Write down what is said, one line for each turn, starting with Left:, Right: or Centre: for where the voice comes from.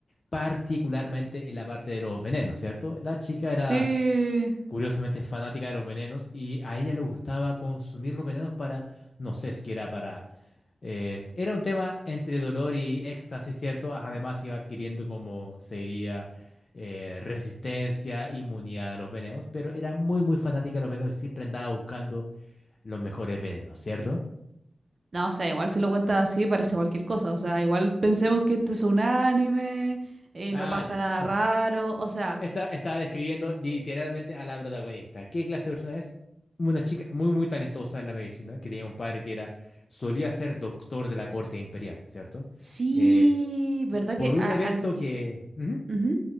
Left: particularmente en la parte de los venenos, ¿cierto? La chica era...
Right: sí.
Left: curiosamente es fanática de los venenos y a ella le gustaba consumir los venenos para, no sé, es que era para... eh, era un tema entre dolor y éxtasis, ¿cierto? Además iba adquiriendo como sería eh, resistencia, inmunidad a los venenos, pero era muy, muy fanática de los venenos y siempre andaba buscando los mejores venenos, ¿cierto?
Right: No, o sea, igual se lo cuentas así, parece cualquier cosa. O sea, igual pensemos que este es un anime, eh,
Left: Ah,
Right: no pasa
Left: ya,
Right: nada
Left: no.
Right: raro. O sea,
Left: Esta, estaba describiendo literalmente a la protagonista. ¿Qué clase de persona es? Una chica muy, muy talentosa en la medicina, que tenía un padre que era, solía ser doctor de la corte imperial, ¿cierto?
Right: sí,
Left: Eh,
Right: ¿verdad
Left: por
Right: que
Left: un
Right: a-
Left: evento
Right: al
Left: que... Ujú,
Right: Ujú.